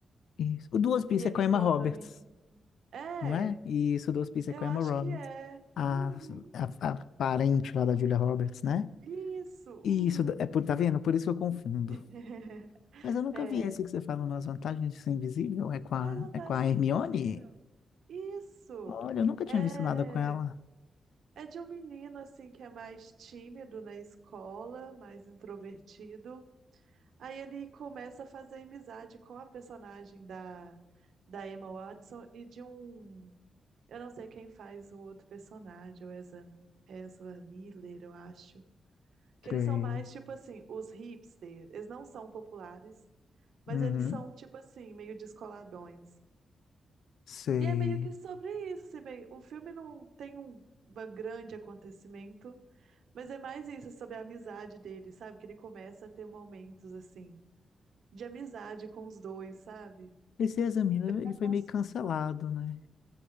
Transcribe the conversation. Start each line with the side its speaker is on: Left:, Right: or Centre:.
Left: isso. O do Hospício
Right: E ele
Left: é com
Right: encontra
Left: a Emma Roberts,
Right: a menina. É,
Left: não é? Isso, o do Hospício
Right: eu
Left: é com a
Right: acho
Left: Emma Roberts.
Right: que é.
Left: A,
Right: Uhum.
Left: a, a parente lá da Julia Roberts, né?
Right: Isso, uhum.
Left: Isso, é por, tá vendo? Por isso eu confundo.
Right: <laughs>
Left: Mas eu nunca
Right: É.
Left: vi esse que você falou nas vantagens de ser invisível. É com a,
Right: As vantagens
Left: é com a
Right: de ser
Left: Hermione?
Right: invisível. Isso.
Left: Olha, eu nunca tinha
Right: É,
Left: visto nada com ela.
Right: é de um menino assim que é mais tímido na escola, mais introvertido. Aí ele começa a fazer amizade com a personagem da, da Emma Watson e de um. Eu não sei quem faz o outro personagem, o Ezra, Ezra Miller, eu acho. Que
Left: Sei.
Right: eles são mais, tipo assim, os hipsters. Eles não são populares, mas
Left: Uhum,
Right: eles são, tipo assim, meio descoladões.
Left: sei.
Right: E é meio que sobre isso. assim, meio- O filme não tem um uma grande acontecimento, mas é mais isso, sobre a amizade dele, sabe? Que ele começa a ter momentos, assim, de amizade com os dois, sabe?
Left: Esse Examina, ele
Right: É a
Left: foi
Right: construção.
Left: meio cancelado, né?